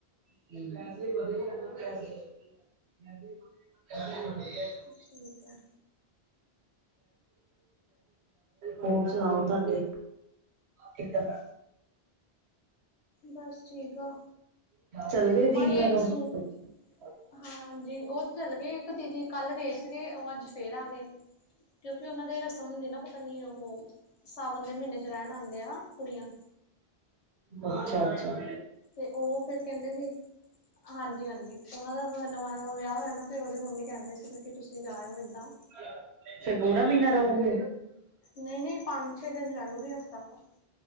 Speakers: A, on the right (about 80°); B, on the left (about 40°).
A: <unintelligible>
B: ਠੀਕ ਹੈ।
A: ਹੋਰ ਸੁਣਾਓ ਤੁਹਾਡੇ ਕਿੱਦਾ?
B: ਬਸ ਠੀਕ ਆ।
A: ਚੱਲ ਗਏ
B: ਮੰਮਾ
A: ਦੀਦੀ ਆ ਔਰ
B: <inaudible>
A: <inaudible>
B: ਹਾਂਜੀ, ਉ ਤੇ ਚੱਲ ਗਏ ਇੱਕ ਦੀਦੀ ਕੱਲ ਗਏ ਸੀਗੇ, ਉ ਅੱਜ ਫਿਰ ਆ ਗਏ। ਕਿਉਂਕਿ ਉਨਾਂ ਦੇ ਰਸਮ ਹੁੰਦੀ ਨਾ ਪਤਾ ਨੀ ਉਹੋ ਸਾਵਨ ਦੇ ਮਹੀਨੇ 'ਚ ਰਹਿਣ ਆਉਂਦੇ ਆ ਕੁੜੀਆਂ।
A: ਅੱਛਾ-ਅੱਛਾ।
B: ਤੇ ਉ ਫਿਰ ਕਹਿੰਦੇ ਸੀ। ਹਾਂਜੀ-ਹਾਂਜੀ, ਉਨਾਂ ਦਾ ਨਵਾਂ-ਨਵਾਂ ਵਿਆਹ ਹੋਇਆ ਨਾ ਫਿਰ ਉਹਦੇ ਮੰਮੀ ਕਹਿੰਦੇ ਸੀ ਕਿ ਤੁਸੀਂ ਜਾਇਓ ਏਦਾਂ।
A: ਤੇ ਫਿਰ ਪੂਰਾ ਮਹੀਨਾ ਰਹੋਗੇ।
B: ਨਹੀਂ-ਨਹੀਂ, ਪੰਜ-ਛੇ ਦਿਨ ਰਹਿਲੂਗੀ ਹਫ਼ਤਾ ਕੁ।